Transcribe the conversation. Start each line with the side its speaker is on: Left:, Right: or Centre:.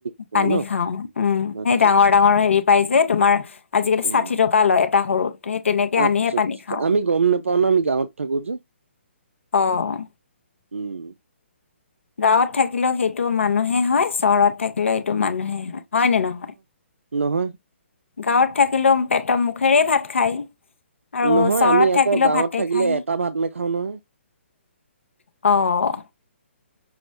Right: খোৱা
Left: পানী
Right: ন
Left: খাওঁ। উম,
Right: আচ্ছা
Left: সেই ডাঙৰ
Right: আচ্ছা
Left: ডাঙৰ
Right: আচ্ছা।
Left: হেৰি পাই যে তোমাৰ আজিকালি
Right: উম
Left: ষাঠি টকা লয় এটা সৰুত সেই তেনেকে
Right: আচ্ছা,
Left: আনিহে পানী
Right: আচ্ছা।
Left: খাওঁ
Right: আমি গ'ম নাপাওঁ ন আমি গাঁৱত থাকোঁ যে
Left: অ'
Right: উম।
Left: গাঁওত থাকিলেও সেইটো মানুহে হয়, চহৰত থাকিলেও সেইটো মানুহেই হয়। হয়নে নহয়?
Right: নহয়
Left: গাঁৱত থাকিলেও পেটৰ মুখেৰে ভাত খায়। আৰু
Right: নহয়,
Left: চহৰত
Right: আমি আকৌ
Left: থাকিলেও
Right: গাঁৱত
Left: ভাতে
Right: থাকিলে
Left: খায়
Right: এটা ভাত নাখাওঁ নহয়।
Left: অ'